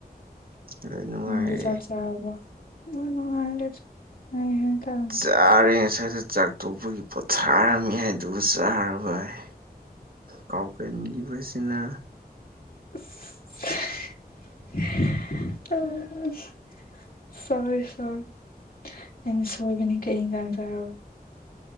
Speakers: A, on the right; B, on the left.
A: ꯂꯣꯏ ꯅꯨꯡꯉꯥꯏꯔꯤ
B: ꯅꯪꯗꯤ ꯆꯥꯛ ꯆꯥꯔꯕꯣ <unintelligible> ꯅꯨꯡꯉꯥꯏ ꯍꯥꯏ ꯇꯥꯕꯅꯤ
A: ꯆꯥꯔꯦ ꯉꯁꯥꯏꯗ ꯆꯥꯛ ꯇꯣꯛꯄꯒꯤ ꯄꯣꯠꯊꯥꯔꯝꯃꯤ ꯍꯥꯏꯗꯨꯕꯨ ꯆꯥꯔꯕ ꯍꯥꯏ ꯀꯥꯎꯒꯟꯈꯤꯕꯁꯤꯅ
B: <unintelligible> ꯁꯣꯔꯤ ꯁꯣꯔꯤ ꯑꯩꯅ ꯁꯣꯏꯕꯅꯤ ꯀꯩ ꯏꯟꯖꯥꯡ ꯆꯥꯔꯕ